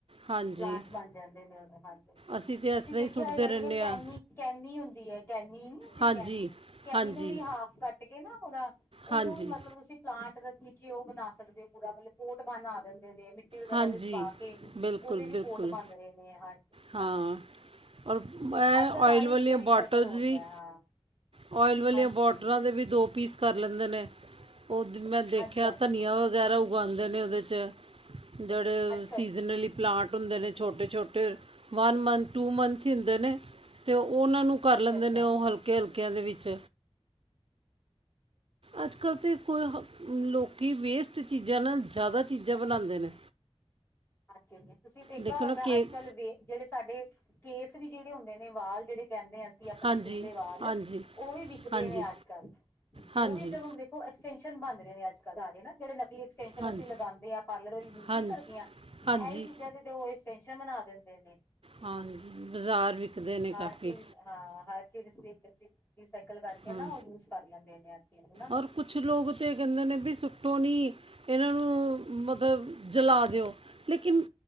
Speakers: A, on the right; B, on the left.
A: ਹਾਂਜੀ
B: ਪਲਾਂਟਸ ਬਣ ਜਾਂਦੇ ਨੇ ਉਹਨੇ ਹਾਂਜੀ ਹਾਂਜੀ
A: ਅਸੀਂ ਤੇ
B: ਤੁਸੀਂ
A: ਇਸ ਤਰ੍ਹਾਂ
B: ਦੇਖਿਆ
A: ਹੀ ਸੁੱਟਦੇ
B: ਹੈਗਾ
A: ਰਹਿੰਦੇ
B: ਜਿਹੜੀ ਉਹ ਕੈਨੀ
A: ਆ
B: ਕੈਨੀ ਹੁੰਦੀ ਹੈ ਕੈਨੀ ਨੀ ਹੁੰਦੀ
A: ਹਾਂਜੀ
B: ਕੈਨੀ ਕੈਨੀ
A: ਹਾਂਜੀ
B: ਨੂੰ ਵੀ ਹਾਫ ਕੱਟ ਕੇ ਨਾ ਉਹਦਾ ਉਹਨੂੰ
A: ਹਾਂਜੀ
B: ਵੀ ਮਤਲਬ ਤੁਸੀਂ ਪਲਾਂਟ ਨੀਚੇ ਉਹ ਬਣਾ ਸਕਦੇ ਹੋ ਪੂਰਾ ਮਤਲਬ ਕੋਟ ਬਣ ਦਿੰ ਨੇ ਮਿੱਟੀ ਵਗੈਰਾ
A: ਹਾਂਜੀ
B: ਉਹਦੇ ਚ ਪਾ ਕੇ
A: ਬਿਲਕੁਲ
B: ਉਹਦੇ
A: ਬਿਲਕੁਲ
B: ਵੀ ਪੋਟ ਬੰਨ ਰਹੇ ਨੇ ਹਾਂਜੀ ਹਨਾ
A: ਹਾਂ ਔਰ
B: ਅੱਜ
A: ਇਹ
B: ਕੱਲ੍ਹ ਸਾਰੀਆਂ
A: ਓਇਲ ਵਾਲੀਆਂ
B: ਚੀਜ਼ਾਂ ਰੀਸਾਈਕਲ
A: ਬੋਟਲਸ
B: ਹੋ
A: ਵੀ
B: ਰਹੀਆਂ ਹਾਂ
A: ਓਇਲ ਵਾਲੀਆਂ
B: ਹਾਂਜੀ
A: ਬੋਟਲਾਂ ਦੇ ਦੋ ਪੀ ਪੀਸ ਕਰ ਲੈਂਦੇ ਨੇ ਉਹ ਮੈਂ ਦੇਖਿਆ
B: ਹਾਂਜੀ ਹਾਂਜੀ
A: ਧਨੀਆ ਵਗੈਰਾ ਉਗਉਂਦੇ ਨੇ ਉਹਦੇ 'ਚ ਜਿਹੜੇ
B: ਅੱਛਾ
A: ਸੀਜ਼ਨਲੀ
B: ਅੱਛਾ
A: ਪਲਾਂਟ ਹੁੰਦੇ ਨੇ ਛੋਟੇ ਛੋਟੇ ਵਨ ਮੰਥ ਟੂ ਮੰਥ ਹੀ ਹੁੰਦੇ ਨੇ ਤੇ ਉਹਨਾਂ ਨੂੰ ਕਰ
B: ਅੱਛਾ
A: ਲੈਂਦੇ
B: ਅੱਛਾ
A: ਨੇ ਉਹ ਹਲਕੇ ਹਲਕੇ ਿਆਂ ਦੇ ਵਿੱਚ ਅੱਜ ਕੱਲ੍ਹ ਤਾਂ ਕੋਈ ਲੋਕੀਂ ਵੇਸਟ ਚੀਜ਼ਾਂ ਨਾਲ ਜ਼ਿਆਦਾ ਚੀਜ਼ਾਂ ਬਣਾਉਂਦੇ ਨੇ
B: ਹਾਂਜੀ ਤੁਸੀਂ ਦੇਖਿਆ
A: ਦੇਖੋ
B: ਹੋਏਗਾ
A: ਨਾ ਕੇਕ
B: ਅੱਜ ਕੱਲ੍ਹ ਵੇ ਜਿਹੜੇ ਸਾਡੇ ਕੇਸ ਵੀ ਜਿਹੜੇ ਹੁੰਦੇ ਨੇ ਵਾਲ ਜਿਹੜੇ ਕਹਿੰਦੇ ਆ ਅ ਆਪਣੇ
A: ਹਾਂਜੀ
B: ਸਿਰ ਦੇ ਵਾਲ
A: ਹਾਂਜੀ
B: ਉਹ ਵੀ ਵਿਕਦੇ
A: ਹਾਂਜੀ
B: ਨੇ ਅੱਜ ਕੱਲ੍ਹ
A: ਹਾਂਜੀ
B: ਉਹ ਵੀ ਤਾਂ ਦੇਖੋ ਐਕਸਟੈਨਸ਼ਨ ਬਣ ਰਹੇ ਨੇ ਅੱਜਕਲ ਸਾਰੇ ਨਾ ਜਿਹੜੇ ਨਕਲੀ ਐਕਸਟੈਨਸ਼ਨ
A: ਹਾਂਜੀ
B: ਅਸੀਂ ਲਗਾਉਦੇ ਆਂ ਪਾਰਲਰ ਵਾਲੀਆਂ ਯੂਜ
A: ਹਾਂਜੀ
B: ਨਹੀਂ ਕਰਦੀਆਂ ਇਹੀ
A: ਹਾਂਜੀ
B: ਚੀਜ਼ਾਂ ਤੇ ਤੇ ਉਹ ਐਕਸਟੈਨਸ਼ਨ ਬਨਾ ਦਿੰਦੇ ਨੇ
A: ਹਾਂਜੀ ਬਜ਼ਾਰ ਵਿਕਦੇ ਨੇ
B: ਹਰ
A: ਕਾਫੀ
B: ਚੀਜ਼ ਹਾਂ ਹਰ ਰੀਸਾਈਕਲ ਕਰਕੇ
A: ਹਾਂ
B: ਨਾ ਉਹ ਯੂਜ ਕਰ ਲੈਂਦੇ ਨੇ ਚੀਜ਼ ਨੂੰ ਨਾ
A: ਔਰ ਕੁਛ ਲੋਕ ਤੇ ਕਹਿੰਦੇ ਨੇ ਵੀ ਸੁ ਟੋਣੀ ਇਹਨਾਂ ਨੂੰ ਮਤਲਬ ਜਲਾ ਦਿਓ ਲੇਕਿਨ